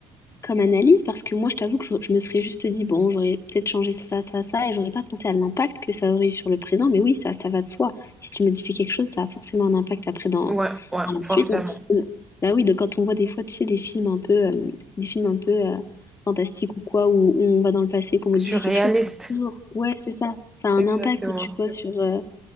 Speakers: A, on the left; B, in the centre.
A: comme analyse parce que moi, je t'avoue que je, je me serais juste dit, bon, j'aurais peut-être changé ça, ça, ça, et j'aurais pas pensé à l'impact que ça aurait eu sur le présent, mais oui, ça, ça va de soi. Si tu modifies quelque chose, ça a forcément un impact après dans,
B: Ouais, ouais,
A: dans la suite.
B: forcément.
A: On- on- bah oui, de, quand on voit des fois, tu sais, des films un peu, euh, des films un peu euh, fantastiques ou quoi, où, où on va dans le passé, qu'on modifie
B: Surréaliste.
A: quelque chose, ça a toujours. Ouais, c'est ça. Ça a un
B: Exactement.
A: impact, tu vois, sur, euh,